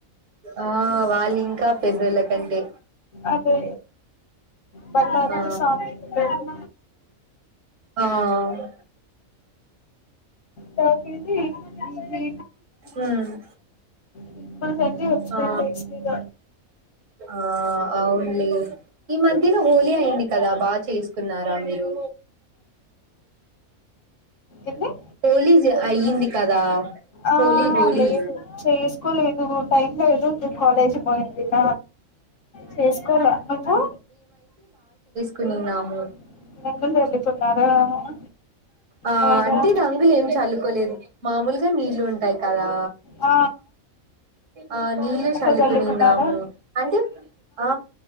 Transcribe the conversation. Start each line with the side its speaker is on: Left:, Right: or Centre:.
Right: ఆ వాళ్ళు ఇంకా పెద్దోళ్ళకంటే
Left: అదే బలవంత
Right: ఆ
Left: స్వామి పిల్లలు
Right: ఆ ఆ ఆ
Left: కాకీదీ ఇది
Right: ఊ మ్
Left: పింపుల్స్ అంటే వచ్చినాయి
Right: ఆ
Left: ఫేస్ మీద
Right: ఆ అవును లే ఈ మధ్య లో హోలీ అయింది కదా బాగా చేసుకున్నారా మీరు
Left: ఏంది
Right: హోలీ అయ్యింది కదా
Left: ఆ
Right: హోలీ
Left: హ
Right: హోలీ
Left: లేదు చేసుకోలేదు టైం లేదు ను కాలేజీ పోయింటివ చేసుకోలే నువ్వు
Right: కునినాము
Left: <unintelligible>
Right: ఆ
Left: బాగా
Right: అంటే రంగులు ఏం చల్లు కోలేదు మామూలుగా నీళ్లు ఉంటాయి కదా
Left: ఆ
Right: ఆ నీళ్లు
Left: అట్లా
Right: సల్లుకునినాము
Left: చల్లుకున్నారా
Right: అంటే ఆ